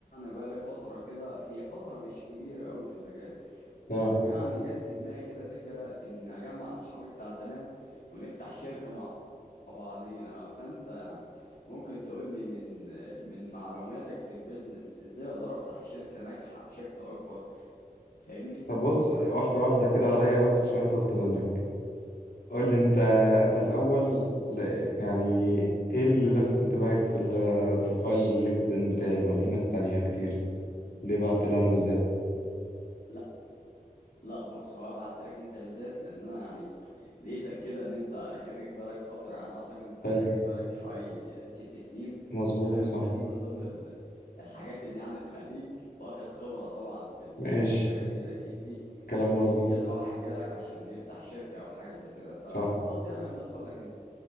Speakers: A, on the left; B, on the left.
A: بقالي فتره كده هي فتره مش كبيره قوي في المجال ويعني
B: لا
A: جت في دماغي كده فكره ان اجمع صحابي بتاع زمان ونفتح شركه مع بعضينا فانت يعني ممكن تقولي من من معلوماتك في البيزنس ازاي اقدر افتح شركة ناجحة بشكل اكبر فاهمني
B: طب بص واحدة واحدة كده عليا بس عشان أنا تهت منك قول لي أنت أنت الأول ل... يعني إيه اللي لفت انتباهك في البروفايل اللينكدإن بتاعي ما في ناس تانية كتير ليه بعت لي أنا بالذات
A: لا لا بص هو ابعت لك انت بالذات لان انا يعني لقيتك كده ان انت خريج بالك فترة يعني اعتقد انت
B: حلو
A: خريج بالك حوالي ست سنين
B: مظبوط
A: تمام
B: صح
A: فدي من ضمن ال- الحاجات اللي يعني تخليك واخد خبرة طبعا في ال-
B: ماشي
A: في المجال دي ده اكيد فيه
B: كلام
A: اكيد
B: مظبوط
A: في كذا واحد جالك عشان يفتح شركة او حاجة زي كده ففضلت
B: صح
A: يعني ان ادخل لك انت